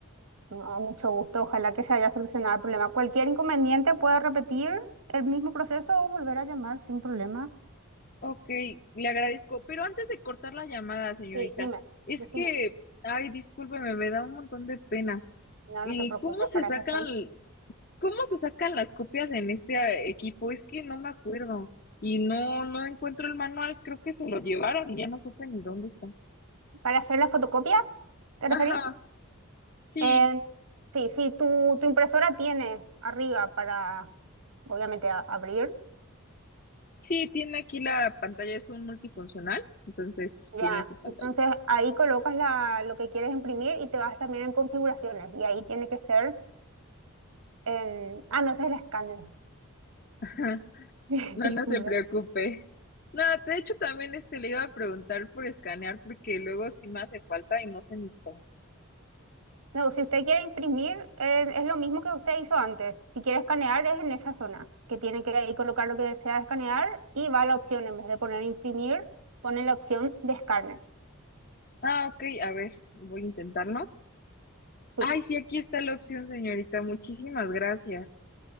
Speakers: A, on the right; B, on the left.
A: No, mucho gusto. Ojalá que se haya solucionado el problema. Cualquier inconveniente puede repetir el mismo proceso o volver a llamar sin problema.
B: Ok, le agradezco. Pero antes de cortar la llamada, señorita,
A: Sí, dime,
B: es
A: decime.
B: que... Ay, discúlpeme, me da un montón de pena.
A: No,
B: Eh,
A: no te preocupes,
B: ¿Cómo se
A: para
B: sacan?
A: eso estoy.
B: ¿Cómo se sacan las copias en este equipo? Es que no me acuerdo. Y no, no encuentro el manual, creo que se lo llevaron y ya no supe ni dónde está.
A: ¿Para hacer la fotocopia? ¿Te referís?
B: Ajá, sí,
A: En- sí, sí, tu, tu impresora tiene arriba para, obviamente, a- abrir.
B: sí, tiene aquí la pantalla, es un multifuncional, entonces pues,
A: Ya,
B: tiene su pantalla.
A: entonces ahí colocas la, lo que quieres imprimir y te vas también en configuraciones. Y ahí tiene que ser en... Ah, no, ese es el escáner.
B: <laughs>
A: <laughs>
B: No,
A: Disculpe.
B: no se preocupe. No, de hecho también este le iba a preguntar por escanear porque luego sí me hace falta y no sé ni cómo.
A: No, si usted quiere imprimir, eh, es lo mismo que usted hizo antes. Si quiere escanear, es en esa zona, que tiene que ahí colocar lo que desea escanear y va a la opción, en vez de poner imprimir, pone la opción de escáner.
B: Ah, ok, a ver, voy a intentarlo.
A: Sí,
B: Ay, sí, aquí está la opción, señorita. Muchísimas gracias.